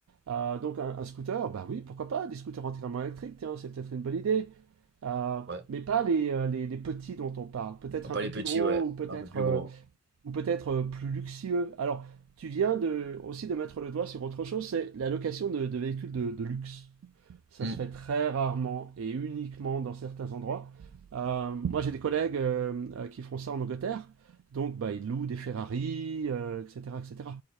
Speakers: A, on the right; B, on the right.
A: Euh, donc un, un scooter, bah oui, pourquoi pas, des scooters entièrement électriques, tiens, c'est peut-être une bonne idée. Euh,
B: Ouais.
A: mais pas les, euh, les, les petits dont on parle. Peut-être un
B: Pas
A: peu
B: les
A: plus
B: petits,
A: gros
B: ouais.
A: ou peut-être
B: Un peu plus
A: euh,
B: gros.
A: ou peut-être euh, plus luxueux. Alors, tu viens de, aussi de mettre le doigt sur autre chose, c'est la location de, de véhicules de, de luxe. Ça
B: Hmm,
A: se fait très rarement et uniquement dans certains endroits. Euh, moi, j'ai des collègues euh, euh, qui font ça en Angleterre. Donc, bah, ils louent des Ferrari, euh, etc., etc.